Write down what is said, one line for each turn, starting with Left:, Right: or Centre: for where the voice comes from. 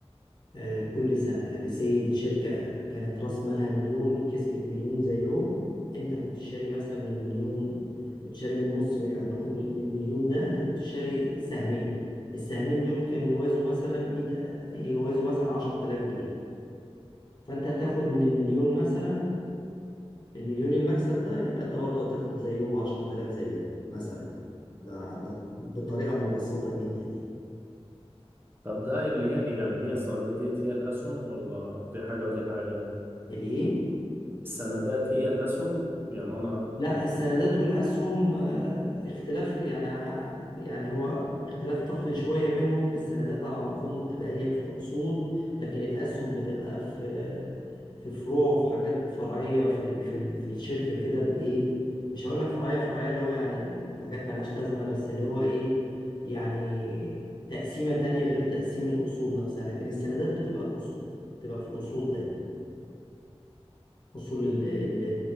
Left: آه، كل سنة يعني سي الشركة كانت رأس مالها مليون كسبت مليون زيهم انت كنت شاري مثلا من مليون كنت شاري من نص هنقول من مليون ده انت كنت شاري سهمين السهمين دول كانوا يوازوا مثلا 100 يوازوا مثلا 10000 جنيه فانت هتاخد من المليون مثلا المليون المكسب ده يبقى انت برضه هتاخد زيهم 10000 زيهم مثلا ده ده بطريقة مبسطة جدا يعني
Right: طب ده اللي هي إيه يعني هي السندات ديت هي الأسهم ولا دي حاجة ودي حاجة
Left: الايه
Right: السندات هي الأسهم يعني أنا
Left: لا السندات والاسهم آه، اختلاف يعني يعني هو اختلاف تقني شويه بينهم السندات على ما اظن بتبقى هي في الاصول لكن الاسهم بتبقى في في فروع وفي حاجات فرعيه في ال- في ال- في الشركه كده بايه مش هقول لك فرعيه فرعيه اللي هو يعني حاجات ملهاش لازمه بس اللي هو ايه يعني تقسيمه تانية غير تقسيم الاصول نفسها لكن السندات بتبقى الاصول بتبقى في الاصول دايما اصول ال- ال-